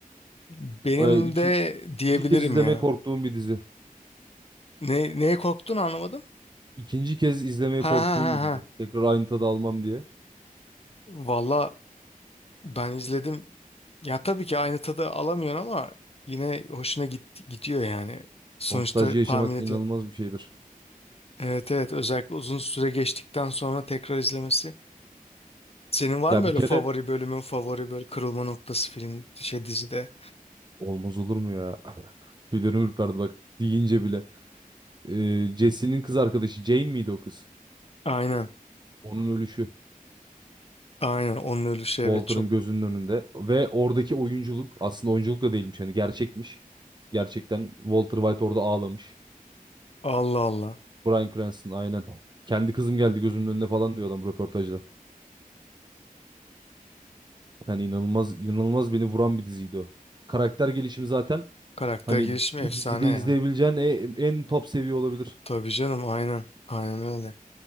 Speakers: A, on the left (about 40°); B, on the right (about 30°).
A: Benim
B: Ee, iki,
A: de diyebilirim
B: ikinci kez izlemeye
A: ya.
B: korktuğum bir dizi.
A: Ne, neye korktun anlamadım.
B: İkinci kez izlemeye
A: Ha
B: korktuğum
A: ha ha
B: bir dizi.
A: ha.
B: Tekrar aynı tadı almam diye.
A: Valla Ben izledim. Ya tabii ki aynı tadı alamıyorsun ama yine hoşuna git, gidiyor yani. Sonuçta
B: Nostalji
A: tahmin
B: yaşamak
A: ediyor.
B: inanılmaz bir şeydir.
A: Evet evet özellikle uzun süre geçtikten sonra tekrar izlemesi. Senin var
B: Ya
A: mı böyle
B: bir kere
A: favori bölümün favori böyle kırılma noktası film şey dizide?
B: olmaz olur mu ya? <laughs> Tüylerim ürperdi bak deyince bile. Ee, Jesse'nin kız arkadaşı Jane miydi o kız?
A: Aynen
B: Onun ölüşü.
A: aynen onun ölüşü evet
B: Walter'ın
A: çok
B: gözünün önünde. Ve oradaki oyunculuk aslında oyunculuk da değilmiş. Hani gerçekmiş. Gerçekten Walter White orada ağlamış.
A: Allah Allah.
B: Bryan Cranston aynen. Kendi kızım geldi gözümün önüne falan diyor adam röportajda. Yani inanılmaz inanılmaz beni vuran bir diziydi o. Karakter gelişimi zaten
A: Karakter
B: hani
A: gelişimi
B: bir
A: efsane
B: dizide
A: ya.
B: izleyebileceğin en, en top seviye olabilir.
A: Tabii canım aynen aynen öyle.